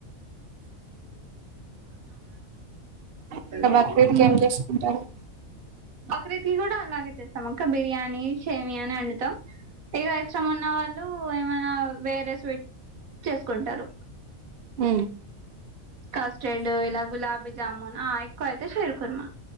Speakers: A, on the right; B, on the right.
A: ఇంకా
B: <unintelligible>
A: బక్రీద్కి
B: <unintelligible>
A: ఏం చేసుకుంటారు
B: బక్రీద్ కి కూడా అలాగే చేస్తాం అక్క బిర్యానీ సేమియా వండుతాం ఇక ఇష్టం ఉన్న వాళ్ళు ఏమైనా వేరే స్వీట్ చేసుకుంటారు
A: హ
B: కస్టర్డ్ ఇలా గులాబీ జామున్ ఎక్కువ అయితే షీర్ కుర్మా